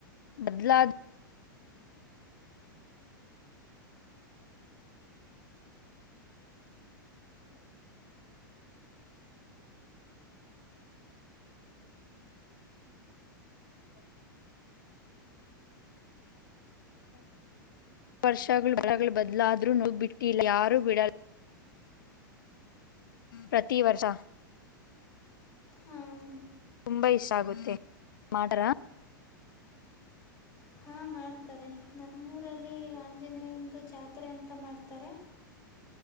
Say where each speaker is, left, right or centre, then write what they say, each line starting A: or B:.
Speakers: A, on the left; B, on the left.
A: ಬದ್ಲಾ ವರ್ಷಗಳು ಬದಲಾದ್ರೂ ನೋ ಬಿಟ್ಟಿಲ್ಲ ಯಾರೂ ಬಿಡಲ್ಲ ಪ್ರತಿ ವರ್ಷ
B: ಹಾಂ
A: ತುಂಬಾ ಇಷ್ಟ ಆಗುತ್ತೆ ಮಾಡ್ರ
B: ಹಾ ಮಾಡ್ತಾರೆ ನಮ್ಮೂರಲ್ಲಿ ಆಂಜನೇಯಂದು ಜಾತ್ರೆ ಅಂತ ಮಾಡ್ತಾರೆ